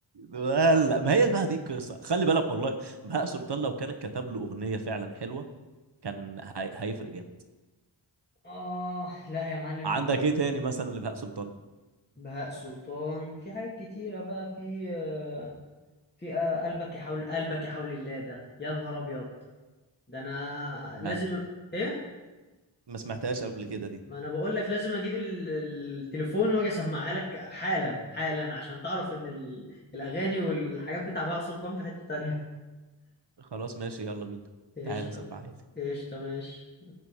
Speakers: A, on the right (about 60°); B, on the left (about 20°).
A: ولا ما هي بقى دي القصه خلي بالك والله بهاء سلطان لو كان كتب له اغنيه فعلا حلوه كان هي... هيفرق جامد
B: آه لا يا معلم
A: عندك
B: أنت لازم
A: ايه تاني مثلا لبهاء سلطان
B: بهاء سلطان في حاجات كتيرة بقى في آه، في آه، قلبك يا حول قلبك يا حول الله ده يا نهار أبيض ده أنا
A: لا
B: لازم
A: ما
B: أ- إيه؟
A: ما سمعتهاش قبل كده دي
B: ما أنا بقول لك لازم أجيب ال- التليفون وأجي أسمعها لك حالا حالا عشان تعرف إن ال- الأغاني والحاجات بتاع بهاء سلطان في حتة تانية
A: خلاص ماشي يلا بينا
B: إيش
A: تعالى
B: تمام
A: سمعها لي
B: إيش تمام